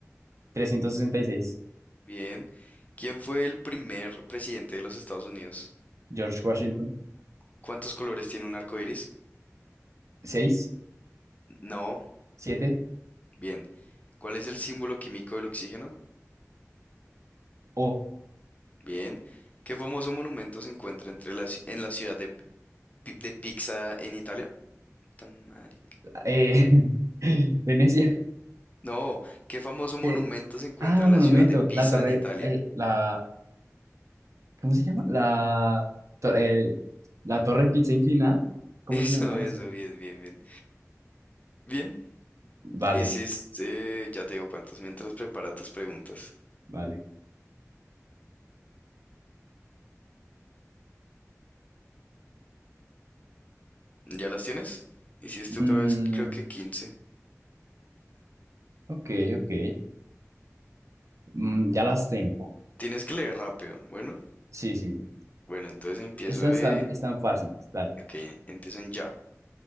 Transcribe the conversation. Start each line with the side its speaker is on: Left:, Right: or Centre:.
Right: trescientos sesenta y seis
Left: Bien. ¿Quién fue el primer presidente de los Estados Unidos?
Right: George Washington,
Left: ¿Cuántos colores tiene un arco iris?
Right: seis
Left: No.
Right: siete
Left: Bien. ¿Cuál es el símbolo químico del oxígeno?
Right: o
Left: Bien. ¿Qué famoso monumento se encuentra entre la, ci- en la ciudad de, Pi- de Pisa en Italia? Tan marica.
Right: eh, <laughs> Venecia,
Left: No, ¿qué famoso monumento
Right: que,
Left: se encuentra
Right: ah,
Left: en
Right: monumento,
Left: la ciudad de Pisa
Right: la torre,
Left: en Italia?
Right: eh, la, ¿cómo se llama? La, tor- eh, la torre pizza inclinada,
Left: <laughs>
Right: ¿cómo
Left: Eso,
Right: se llama
Left: eso,
Right: eso?
Left: bien, bien, bien. Bien,
Right: Vale,
Left: hiciste, ya te digo cuántos, mientras prepara tus preguntas.
Right: vale.
Left: ¿Ya las tienes? Hiciste
Right: Mm,
Left: otra vez, creo que quince.
Right: ok, ok, Mm, ya las tengo.
Left: Tienes que leer rápido. Bueno,
Right: Sí, sí, sí.
Left: bueno, entonces empiezo
Right: esas
Left: en...
Right: están, están fáciles, dale.
Left: Ok, empiezo en ya.